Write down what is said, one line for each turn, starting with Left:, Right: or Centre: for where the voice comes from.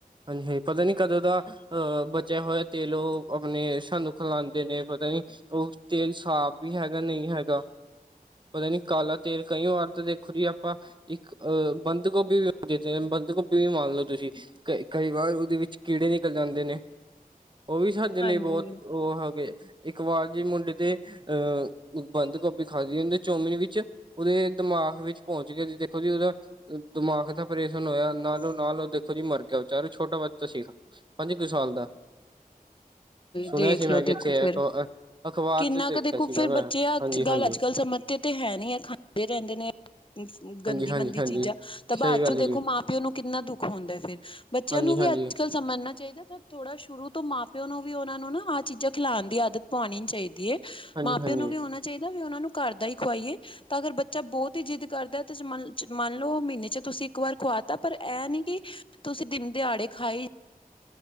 Right: ਹਾਂਜੀ, ਪਤਾ ਨੀ ਕਦੋਂ ਦਾ? ਅਹ ਬਚਿਆ ਹੋਇਆ ਤੇਲ ਆਪਣੇ ਸਾਨੂੰ ਖਲਾਂਂਦੇ ਨੇ ਪਤਾ ਨੀ। ਉਹ ਤੇਲ ਸਾਫ਼ ਵੀ ਹੈਗਾ ਨਹੀਂ ਹੈਗਾ ਪਤਾ ਨੀ ਕਾਲਾ ਤੇਲ ਕਈ ਵਰਤ ਦੇ। ਜੀ, ਆਪਾਂ ਇੱਕ ਅ ਬੰਦ ਗੋਭੀ ਵੀ ਬੰਦ ਗੋਭੀ ਵੀ ਮੰਨ ਲਓ ਤੁਸੀਂ। ਕਈ, ਕਈ ਵਾਰ ਉਹਦੇ ਵਿੱਚ ਕੀੜੇ ਨਿਕਲ ਜਾਂਦੇ ਨੇ ਉਹ ਵੀ ਸਾਡੇ ਲਈ
Left: ਹਾਂਜੀ
Right: ਬਹੁਤ ਉਹ ਹੋ ਗਏ। ਇੱਕ ਵਾਰ ਜੇ ਮੁੰਡੇ ਤੇ ਅਹ ਬੰਦ ਗੋਭੀ ਖਾਦੀ ਉਂਦੀ ਚੋਮੀਨ ਵਿੱਚ ਉਹਦੇ ਦਿਮਾਗ ਵਿੱਚ ਪਹੁੰਚ ਗਿਆ ਜ ਦੇਖੋ ਜੀ, ਉਹਦਾ। ਦਿਮਾਗ ਦਾ ਪਰੇਸ਼ਨ ਹੋਇਆ ਨਾਲੋਂ, ਨਾਲ ਉਹ ਦੇਖੋ ਜੀ ਮਰ ਗਿਆ ਵਿਚਾਰਾ ਛੋਟਾ ਬੱਚਾ ਸੀਗਾ। ਪੰਜ ਕੁ ਸਾਲ ਦਾ। ਸੁਣਿਆ
Left: ਦੇਖਲੋ,
Right: ਸੀ ਮੈਂ ਕਿੱਥੇ
Left: ਦੇਖੋ ਫੇਿਰ
Right: ਅਖ਼ਬਾਰ
Left: ਕਿੰਨਾ
Right: ਚ ਦੇਖਿਆ
Left: ਕੁ ਦੇਖੋ
Right: ਸੀਗਾ
Left: ਫੇਰ
Right: ਮੈਂ
Left: ਬੱਚੇ
Right: ਹਾਂਜੀ
Left: ਗੱਲ
Right: ਹਾਂਜੀ
Left: ਅੱਜ ਕੱਲ ਸਮਝ ਤੇ ਹੈ ਨੀ ਹੈ, ਖਾਂਦੇ ਰਹਿੰਦੇ ਨੇ। ਗੰਦੀ,
Right: ਹਾਂਜੀ ਹਾਂਜੀ
Left: ਮੰੰਦੀ
Right: ਹਾਂਜੀ
Left: ਚੀਜ਼ਾਂ ਤਾਂ ਬਾਅਦ
Right: ਸਹੀ ਗੱਲ
Left: ਚੋਂ ਦੇਖੋ
Right: ਜੀ
Left: ਮਾਂ ਪਿਓ ਨੂੰ ਕਿੰਨਾ ਦੁੱਖ ਹੁੰਦਾ ਫਿਰ। ਬੱਚਿਆਂ
Right: ਹਾਂਜੀ-ਹਾਂਜੀ,
Left: ਨੂੰ ਵੀ ਅੱਜ ਕੱਲ੍ਹ ਸਮਜਨਾ ਚਾਹੀਦਾ ਤਾਂ ਥੋੜਾ ਸ਼ੁਰੂ ਤੋਂ ਮਾਂ ਪਿਓ ਨੂੰ ਵੀ ਉਹਨਾਂ ਨੂੰ ਨਾ ਆਹ ਚੀਜ਼ਾਂ ਖਿਲਾਉਣ ਦੀ ਆਦਤ ਪਾਉਣੀ ਚਾਹੀਦੀ ਹੈ।
Right: ਹਾਂਜੀ-ਹਾਂਜੀ,
Left: ਮਾਂ ਪਿਓ ਨੂੰ ਵੀ ਹੋਣਾ ਚਾਹੀਦਾ ਵੀ ਉਹਨਾ ਨੂੰ ਘਰ ਦਾ ਹੀ ਖਵਾਈਏ ਤਾਂ ਅਗਰ ਬੱਚੇ ਚਾ ਬਹੁਤ ਹੀ ਜਿੱਦ ਕਰਦਾ ਹੈ ਤੇ ਮਨ ਮੰਨ ਲਓ ਮਹੀਨੇ ਚ ਤੁਸੀਂ ਇੱਕ ਵਾਰ ਖਵਾ ਤਾ ਪਰ ਇਹ ਨੀ ਕਿ ਤੁਸੀਂ ਦਿਨ ਦਿਹਾੜੇ ਖਾਈ